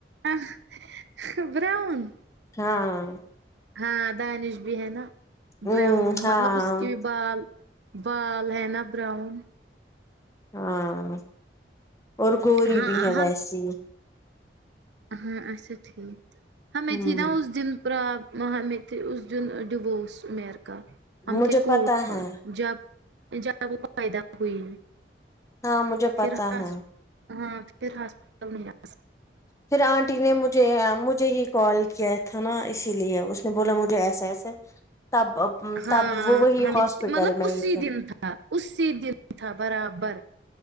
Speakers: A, on the right; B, on the left.
A: آہ حا براؤن
B: ہاں
A: ہاں دانش بھی ہے نا
B: ہ
A: براؤن
B: ہاں
A: مطلب اس کی ب بال بال ہےینا براؤن
B: ہاں اور گوری
A: ہاں
B: بھی ہے ویسی
A: ہ اچھا ٹھیک ہم
B: ہوں
A: میں تھی نا اس دن پرآ رپ وہاں میں تھی اس دین ڈوورس میرا آہ ہم
B: مجھے
A: تھے کوٹ
B: پتا
A: پر
B: ہے
A: جب جب وہ پیدا ہوئی
B: ہاں مجھے پتا
A: فھر ہاس
B: ہے
A: ہاں پھر ہاسپٹل نہیں آاس
B: پھر آٹی نے مجھے عام مج مجھے ہی کال کیا تھا نا اسی لیے اس نے بولا مجھے ایسا ایسا تب ھم
A: ہاں
B: تب وہ وہی
A: ہمیں
B: ہاسپٹل
A: مطلب
B: میں
A: اسی
B: ہی تھے
A: دن تھا اسسی دن تھا برابر